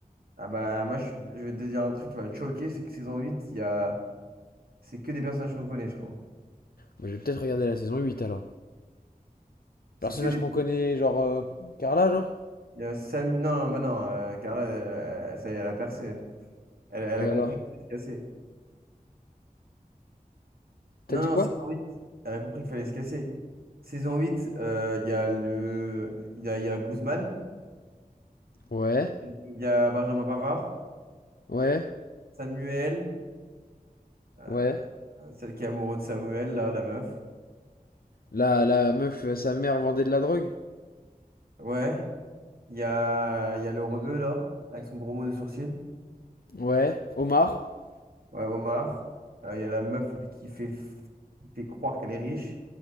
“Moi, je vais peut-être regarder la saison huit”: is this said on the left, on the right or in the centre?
Left